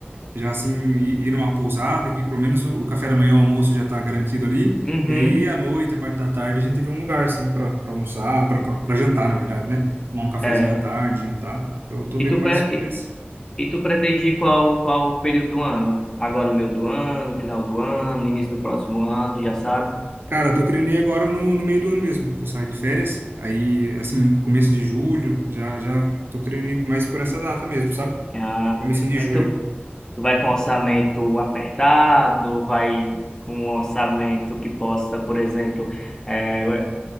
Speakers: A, on the right (about 60°); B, on the left (about 15°).
A: já assim ir, ir numa pousada, que pelo menos o, o café da manhã, o almoço já tá garantido ali.
B: Uhum.
A: E aí à noite, a parte da tarde, a gente vê um lugar assim para almoçar, para jantar, na verdade, né? Tomar um cafezinho
B: É.
A: à tarde, jantar. Então eu tô
B: E
A: vendo
B: tu,
A: mais
B: pre-
A: por
B: e
A: esse.
B: e tu pretende ir qual, qual período do ano? Agora o meio do ano, final do ano, início do próximo ano, já sabe?
A: Cara, eu tô querendo ir agora no, no meio do ano mesmo, que eu saio de férias. Aí, assim, começo de julho, já já tô querendo ir mais por essa data mesmo, sabe?
B: Ah,
A: Comecinho de
B: mas
A: julho.
B: tu, Tu vai com orçamento apertado, vai com um orçamento que possa, por exemplo, eh, ué,